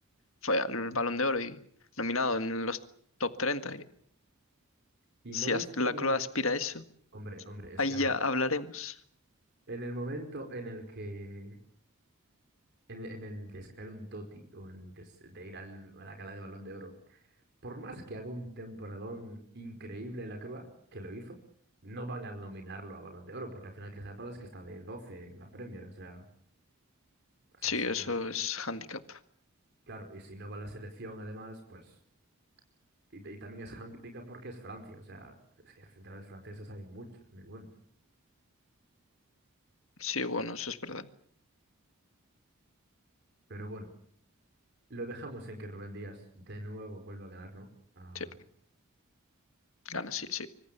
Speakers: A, on the left; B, on the right.
A: Fue al
B: ¿Y
A: Balón de Oro y nominado en los top treinta y
B: y no
A: si
B: viste
A: as- la
B: el-
A: croa aspira a eso,
B: Hombre, hombre, es
A: ahí
B: que a ver,
A: ya hablaremos.
B: en el momento en el que, en, en el de sacar un Toti o en de, s- de ir al- a la gala de Balón de Oro, por más que haga un temporadón increíble la Crua, que lo hizo, no van a nominarlo a Balón de Oro, porque al final Crystal Palace que está de 12 en la Premier, o sea, o sea,
A: Sí,
B: es que
A: eso
B: al final...
A: es handicap.
B: Claro, y si no va a la selección además, pues Y, y también es handicap porque es Francia, o sea, es que centrales franceses hay muchos, muy buenos.
A: Sí, bueno, eso es verdad.
B: Pero bueno, lo dejamos en que Rubén Díaz de nuevo vuelva a ganar, ¿no? Ah,
A: Sí, gana, sí, sí.